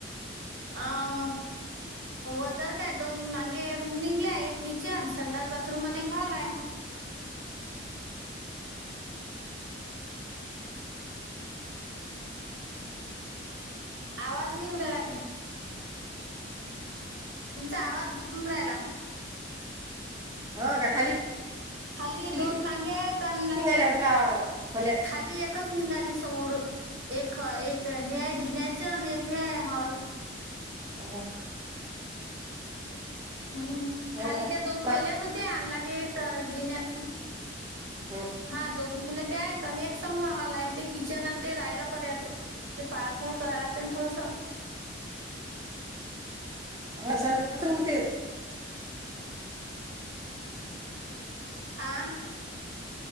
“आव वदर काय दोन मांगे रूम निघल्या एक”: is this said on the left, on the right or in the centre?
Right